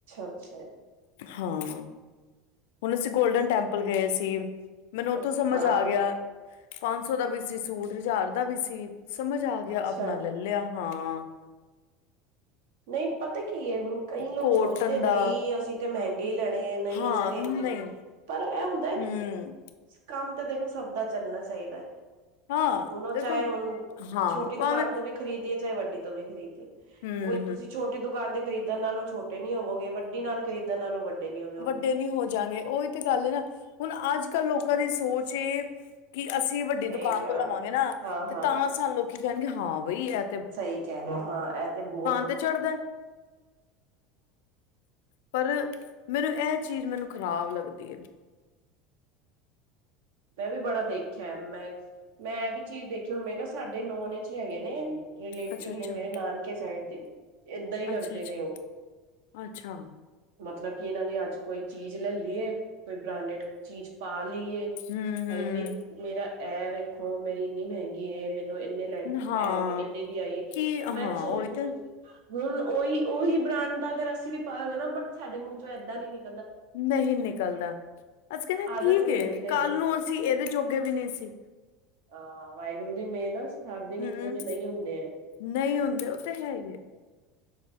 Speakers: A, on the right; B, on the left.
A: ਅੱਛਾ
B: ਹਾਂ, ਹੁਣ ਅਸੀਂ ਗੋਲਡਨ ਟੈਂਪਲ ਗੲੇ ਸੀ। ਮੈਨੂੰ ਉਥੋਂ
A: ਅੱਛਾ
B: ਸਮਝ
A: ਹਾਂ
B: ਆ ਗਿਆ, ਪੰਜ ਸੌ ਦਾ ਵੀ ਸੀ ਸੂਟ, ਹਜ਼ਾਰ ਦਾ ਵੀ ਸੀ। ਸਮਝ ਆ ਗਿਆ
A: ਅੱਛਾ
B: ਆਪਣਾ ਲੈ ਲਿਆ ਹਾਂ।
A: ਨਹੀਂ ਪਤਾ ਕੀ ਹੈ, ਹੁਣ ਕਈ ਲੋਕ
B: ਕੋਟਨ
A: ਸੋਚਦੇ ਨਹੀਂ
B: ਦਾ
A: ਅਸੀਂ ਤਾਂ ਮਹਿੰਗੇ ਹੀ ਲੈਣੇ ਹੈ, ਨਹੀਂ
B: ਹਾਂ
A: ਅਸੀਂ ਤੇ
B: ਨਹੀਂ
A: ਇੰਜ ਦੇ, ਪਰ ਇਹ ਹੁੰਦਾ ਹੈ
B: ਹਮ
A: ਕੰਮ ਤੇ ਦੇਖੋ ਸਭ ਦਾ ਚੱਲਣਾ ਚਾਹੀਦਾ ਹੈ।
B: ਹਾਂ
A: ਹੁਣ ਉਹ
B: ਦੇਖੋ
A: ਚਾਹੇ ਹੁਣ
B: ਹਾਂ
A: ਛੋਟੀ
B: ਭਾਵੇਂ
A: ਦੁਕਾਨ ਤੋਂ ਵੀ ਖ਼ਰੀਦੀਏ ਚਾਹੇ ਵੱਡੀ ਤੋਂ ਵੀ ਖਰੀਦੀਏ।
B: ਹੂੰ।
A: ਕੋਈ ਤੁਸੀਂ ਛੋਟੀ ਦੁਕਾਨ ਤੇ ਖਰੀਦਣ ਨਾਲੋ ਉਹ ਛੋਟੇ ਨੀ ਹੋਵੋਗੇ ਵੱਡੀ ਨਾਲ, ਖਰੀਦਣ ਨਾਲ ਉਹ ਵੱਡੇ ਨੀ ਜਾਓਗੇ।
B: ਵੱਡੇ ਨਹੀਂ ਹੋ ਜਾਂਗੇ, ਉਹੀ ਤੇ ਗੱਲ ਹੈ ਨਾ ਹੁਣ ਅੱਜ-ਕੱਲ ਲੋਕਾਂ ਦੀ ਸੋਚ ਇਹ ਕਿ ਅਸੀਂ ਵੱਡੀ
A: ਸਹੀ
B: ਦੁਕਾਨ
A: ਆ,
B: ਤੋਂ ਲਵਾਂਗੇ
A: ਹਾਂ,
B: ਨਾ,
A: ਹਾਂ-ਹਾਂ
B: ਤੇ ਤਾਂ ਸਾਨੂੰ ਲੋਕੀ ਕਹਿਣਗੇ ਹਾਂ ਬਈ ਐਹ
A: ਸਹੀ ਕਹਿ ਰਹੇ ਹਾਂ ਇਹ ਤੇ ਬਹੁਤ
B: ਤੇ ਚੜ੍ਹਦਾ ਪਰ ਮੈਨੂੰ ਇਹ ਚੀਜ਼ ਮੈਨੂੰ ਖ਼ਰਾਬ ਲੱਗਦੀ ਐ।
A: ਮੈਂ ਵੀ ਬੜਾ ਦੇਖਿਆ ਮੈਂ, ਮੈਂ ਇਹ ਵੀ ਚੀਜ਼ ਦੇਖੀ ਮੈਂ ਕਿਹਾ ਸਾਡੇ ਨੋਨ ਚ ਹੈਗੇ ਨੇ ਰਿਲੇਟਿਵ
B: ਅੱਛਾ ਅੱਛਾ
A: ਨੇ ਮੇਰੇ ਨਾਨਕੇ ਸਾਈਡ ਦੇ ਏਦਾਂ ਹੀ ਕਰਦੇ
B: ਅੱਛਾ ਅੱਛਾ
A: ਨੇ ਉਹ।
B: ਅੱਛਾ।
A: ਮਤਲਬ ਕਿ ਇਹਨਾਂ ਨੇ ਅੱਜ ਕੋਈ ਚੀਜ਼ ਲੈ ਲਈਏ ਕੋਈ ਬ੍ਰਾਂਡਡ ਚੀਜ਼ ਪਾ ਲਈਏ।
B: ਹੂੰ
A: ਭਾਈ
B: ਹੂੰ
A: ਮੇਰੀ ਮੇਰਾ ਇਹ ਵੇਖੋ ਮੇਰੀ ਇੰਨੀ ਮਹਿੰਗੀ ਐ, ਮੈਨੂੰ ਇੰਨੇ ਲੈ
B: ਹਾਂ
A: ਐਵੇ ਇੰਨੇ ਦੀ ਆਈ ਹੈ
B: ਕੀ ਹਾਂ
A: ਮੈਂ ਸੋਚ
B: ਉਹੀ ਤੇ
A: ਹੁਣ ਉਹੀ-ਉਹੀ ਬ੍ਰਾਂਡ ਦਾ ਅਗਰ ਅਸੀਂ ਵੀ ਪਾਇਆ ਹੋਇਆ ਨਾ ਬਟ ਸਾਡੇ ਮੂੰਹ ਚੋਂ ਇੱਦਾਂ ਨੀ ਨ
B: ਨਹੀਂ ਨਿਕਲਦਾ, ਅਸੀ ਕਹਿੰਦੇ
A: ਆਦਤ
B: ਠੀਕ
A: ਨੀ
B: ਏ
A: ਹੁੰਦੀ ਕਈਆਂ
B: ਕੱਲ ਨੂੰ ਅਸੀਂ ਇਹਦੇ ਜੋਗੇ ਵੀ ਨਹੀਂ ਸੀ।
A: ਹਾਂ ਵਾਹਿਗੁਰੂ ਦੀ ਮੇਹਰ ਨਾਲ ਹਰ ਦਿਨ
B: ਹੂੰ
A: ਇੱਕੋ ਜਿਹੇ ਨਹੀਂ ਹੁੰਦੇ ਆ।
B: ਨਹੀਂ ਹੁੰਦੇ, ਉਹ ਤੇ ਹੈ ਹੀ ਹੈ।